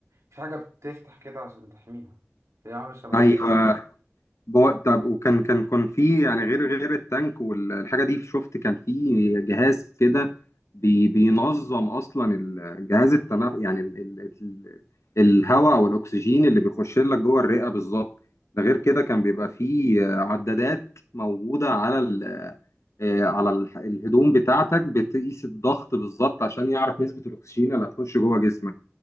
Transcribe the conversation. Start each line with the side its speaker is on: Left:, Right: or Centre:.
Right: في حاجة بتفتح كده عشان تحميها هي عاملة شبهها
Left: ايوه
Right: اه
Left: بو- طب وكان كان كان في يعني غير غير التانك والحاجه دي شفت كان في جهاز كده بي بينظم اصلا ال- جهاز التنف يعني ال ال ال الهواء او الاكسجين اللي بيخش لك جوه الرئه بالظبط ده غير كده كان بيبقى في عدادات موجوده على ال آه، على ال- الهدوم بتاعتك بتقيس الضغط بالظبط عشان يعرف نسبه الاكسجين اللي هتخش جوه جسمك